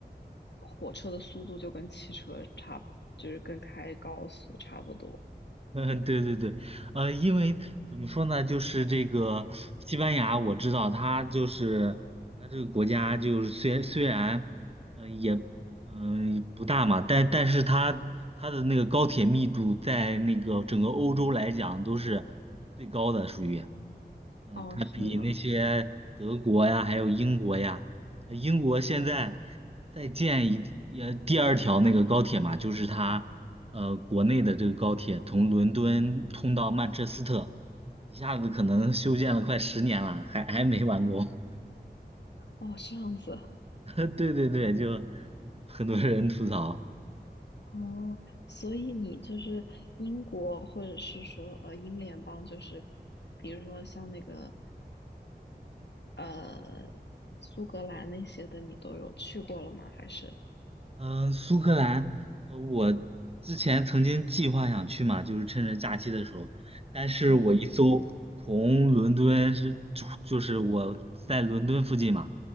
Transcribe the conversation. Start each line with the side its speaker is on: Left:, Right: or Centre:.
Left: 火车的速度就跟汽车差，就是跟开高速差不多。
Right: <laughs> 嗯，对对对，呃，因为怎么说呢，就是这个西班牙，我知道它就是它这个国家，就是虽虽然，嗯、也嗯、不大嘛，但但是它它的那个高铁密度在那个整个欧洲来讲都是最高的，属于。嗯，
Left: 哦，
Right: 它比那些德国呀，
Left: 是吗？
Right: 还有英国呀，呃，英国现在在建一也第二条那个高铁嘛，就是它呃国内的这个高铁从伦敦通到曼彻斯特，一下子可能修建了快十年了，还还没完工。
Left: 哦，这样子。
Right: <laughs> 对对对，就很多人吐槽。
Left: 哦，所以你就是英国，或者是说呃英联邦，就是比如说像那个呃苏格兰那些的，你都有去过了吗？还是
Right: 嗯，苏格兰，呃，我之前曾经计划想去嘛，就是趁着假期的时候，但是我一搜，
Left: 嗯嗯
Right: 从伦敦是，就就是我在伦敦附近嘛，